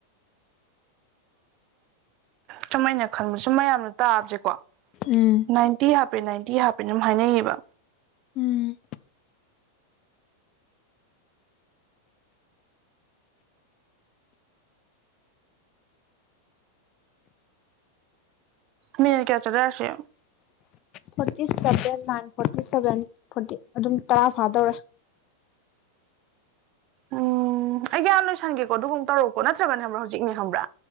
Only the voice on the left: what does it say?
ꯎꯝ
ꯎꯝ
ꯐꯇꯤꯚ ꯐꯇꯤꯚ ꯐꯇꯤ ꯑꯗꯨꯝ ꯇꯔꯥ ꯐꯥꯗꯧꯔꯦ